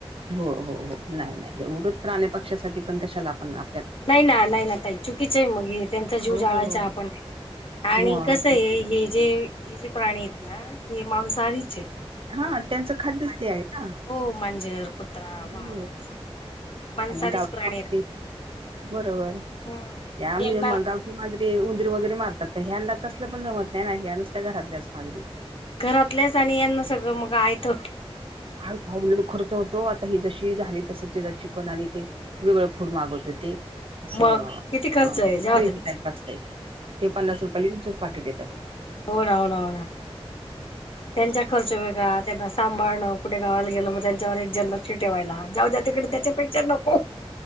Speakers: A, on the right; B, on the left.
A: हो हो हो नाय नाय उघच प्राण्या पक्षासाठी पण कशाला आपण आ
B: नाय ना नाय ना ताई चुकीचंय मग हे त्यांचा जीव
A: हो
B: जाळायचा आपण आणि
A: मग
B: कसंय हे जे. हे जे प्राणी हेत ना हे मांसाहारीचे.
A: हा, त्यांच खाद्य ते आहे ना.
B: हो मांजर, कुत्रा, वाघ,
A: हो
B: सिंह हे पण मांसाहारीच
A: आणि गावठी
B: प्राणी
A: मागरी
B: आहेत.
A: बरोबर,
B: हम्म
A: त्याम
B: यांना
A: मगा ती मांजरी उंदरी वगैरे मारतात. पण ह्यांना तसलं पण जमत नाही. ह्या नुसत्या घरातल्याच मांजरी.
B: घरातल्याच आणि यांना सगळं मग आयत.
A: आओ खर्च लई होतो. आता ही जशी झाली तस तिला चिकन आणि ते वेगळं फूड मागत होते. असं,
B: मग किती खर्च
A: ह
B: आहे जाऊ
A: ड्रिंक
B: द्याच
A: टाईप असतंय. ते पन्नास रुपयाला <unintelligible> पाॅकेट येतं.
B: हो ना, हो ना, हो ना, त्यांचा खर्च वेगळा, त्यांना सांभाळणं कुठे गावाला गेलं मग त्यांच्यावर एक जण लक्ष ठेवायला, जाऊ द्या तिकडे त्याच्यापेक्षा नको.